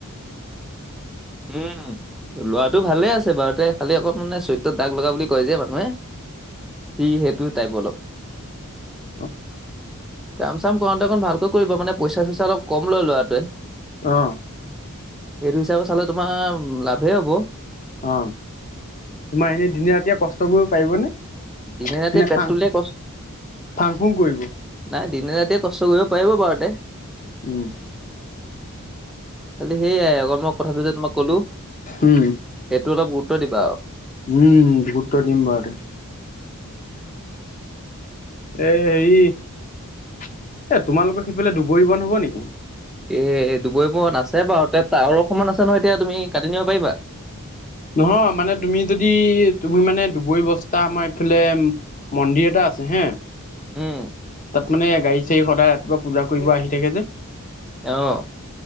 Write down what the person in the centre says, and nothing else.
উম ল'ৰাটো ভালে আছে বাৰুতে খালি অকণ মানে চৰিত্ৰত দাগ লগা বুলি কয় যে মানুহে। সি সেইটো টাইপ অলপ।
কাম চাম কৰোওঁতে অকণ ভালকৈ কৰিবা মান পইচাঁ -চইচা অলপ কম লয় ল'ৰাটোৱে,
সেইটো হিচাপে চালে তোমাৰ লাভেই হ'ব।
দিনে ৰাতি
পেটটো
লে কচ
নাই দিনে ৰাতিয়ে কষ্ট কৰিব পাৰিব বাৰু হেতে।
খালি সেইয়াই অকল মই কথাটো যে তোমাক ক'লো
সেইটো অলপ গুৰুত্ব দিবা আও।
এ দুুবৰি বন আছে বাৰুতে টাৱৰ সমান আছে নহয় এতিয়া তুমি কাটি নিব পাৰিবা?
উম
অ।